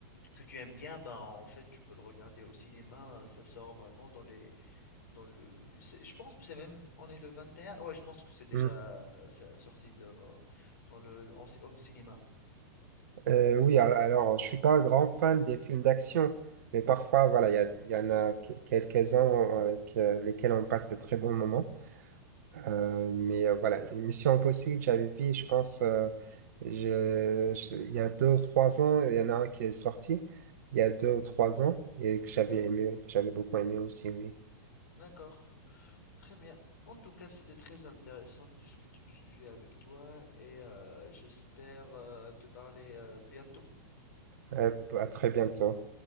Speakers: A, on the left (about 60°); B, on the right (about 55°).
A: que tu aimes bien, ben, en fait, tu peux le regarder au cinéma. hein, Ça sort vraiment dans les, dans le, le- c'est- je pense que c'est même, on est le 21, ouais, je pense que c'est déjà
B: Hum.
A: euh, ça- sorti dans le, dans le- le- en, cin- en cinéma.
B: Euh, oui, a- alors je suis pas un grand fan des films d'action, mais parfois voilà, il y, a- il y en a que- quelques-uns avec euh, lesquels on passe de très bons moments. Euh, mais euh, voilà, Mission Impossible, j'avais vu, je pense, euh, je- je- il y a deux ou trois ans, il y en a un qui est sorti il y a deux ou trois ans et que j'avais
A: Hmm,
B: aimé, que j'avais beaucoup aimé aussi, oui.
A: d'accord, très bien. En tout cas, c'était très intéressant de discuter de ce sujet avec toi et euh, j'espère euh, te parler euh, bientôt.
B: À, à très bientôt.